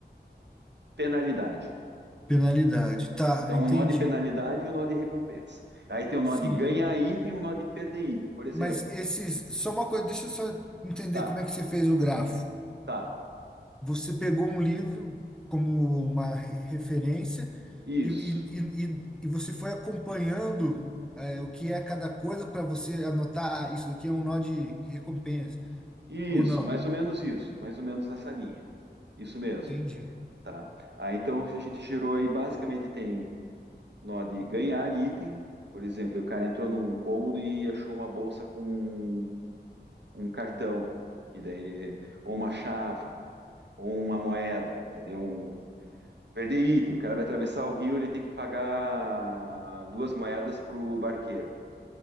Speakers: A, on the right; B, in the centre.
A: penalidade.
B: penalidade. Tá,
A: Então,
B: entendi.
A: um nó de penalidade e um nó de recompensa. Aí tem um nó
B: Sim.
A: de ganhar item e um nó de perder item. Por exemplo,
B: Mas esses. Só uma coisa, deixa eu só entender
A: tá,
B: como é que você fez o grafo.
A: tá,
B: Você pegou um livro como uma re- referência
A: isso,
B: e, e, e, e- e você foi acompanhando é, o que é cada coisa para você anotar, ah, isso daqui é um nó de recompensa,
A: isso,
B: ou não.
A: mais ou menos isso, mais ou menos essa linha. Isso mesmo,
B: Entendi.
A: tá? Aí então a gente gerou aí, basicamente tem nó de ganhar item. Por exemplo, o cara entrou num cômodo e achou uma bolsa com um cartão, que daí ele, ou uma chave, ou uma moeda, entendeu? Um, perder item, o cara vai atravessar o rio, ele tem que pagar duas moedas pro barqueiro,